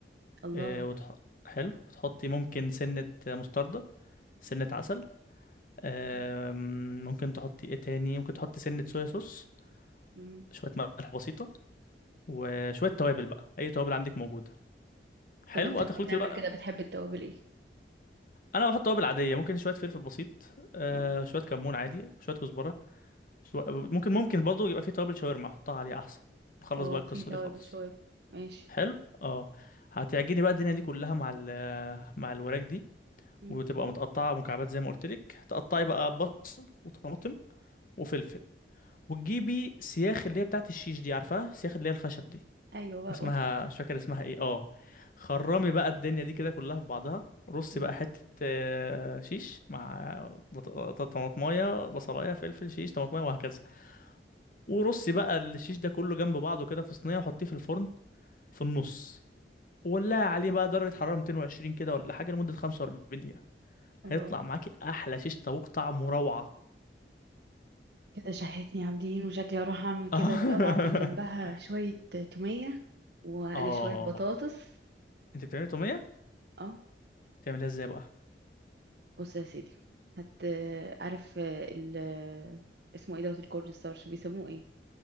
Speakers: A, on the right; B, on the left.
A: الله
B: آه، وتح... حلو وتحطي ممكن سنه مستردة سنه عسل آم،
A: مم.
B: ممكن تحطي ايه تاني ممكن تحطي سنة صويا صوص
A: مم.
B: شوية ملح بسيطة وشوية توابل بقى أي توابل عندك موجودة حلو
A: طب انت
B: هتخلطي
A: لما بتعمل
B: بقى
A: كده بتحب التوابل ايه
B: أنا بحط توابل عادية ممكن شوية فلفل بسيط آه،
A: اه
B: شوية كمون عادي شوية كزبرة شو... ممكن ممكن برضو يبقى فيه توابل شاورما أحطها عليها أحسن نخلص
A: اه
B: بقى القصة
A: في توابل
B: دي خالص
A: شويه ماشي
B: حلو اه هتعجني بقى الدنيا دي كلها مع ال مع الوراك دي
A: مم.
B: وتبقى متقطعة مكعبات زي ما قلت لك تقطعي بقى بصل وطماطم وفلفل وتجيبي سياخ اللي هي بتاعت الشيش دي عارفاها سياخ اللي هي الخشب دي
A: ايوه بقى
B: اسمها
A: ادخل
B: مش فاكر اسمها ايه اه خرمي بقى الدنيا دي كده كلها في بعضها رصي
A: مم.
B: بقى حتة آه، شيش مع بط- بط- طماطماية بصلاية فلفل شيش طماطماية وهكذا ورصي بقى الشيش ده كله جنب بعضه كده في صينية وحطيه في الفرن في النص وولعي عليه بقى درجة حرارة 220 كده ولا حاجة لمدة 45 دقيقة هيطلع
A: الله
B: معاكي أحلى شيش طاووق طعمه روعة
A: كده شهيتني يا عابدين وشكلي هروح اعمل كده
B: <laughs>
A: بقى واعمل جنبها شوية تومية واقلي
B: آه
A: شوية بطاطس
B: أنت بتعملي تومية؟
A: اه
B: تعملها ازاي بقى
A: بص يا سيدي هت عارف ال اسمه ايه دوت الكورن ستارش بيسموه ايه